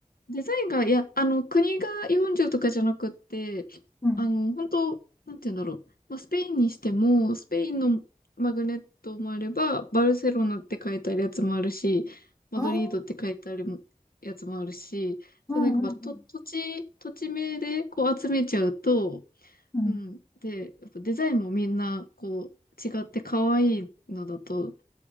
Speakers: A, on the left; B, on the left.
A: イン、デザインが、いや、あの、国が40とかじゃなくって、
B: うん。
A: あの、本当なんて言うんだろう。まあ、スペインにしても、スペインのマグネットもあれば、バルセロナって書いてあるやつもあるし、マドリードって書いてあるやつもあるし、
B: ああ、
A: そう、
B: うんうんう
A: なんかまあ、と、土地、土地名でこう集めちゃうと、
B: ん。
A: うん。で、やっぱデザインもみんな、こう、違って可愛いのだと、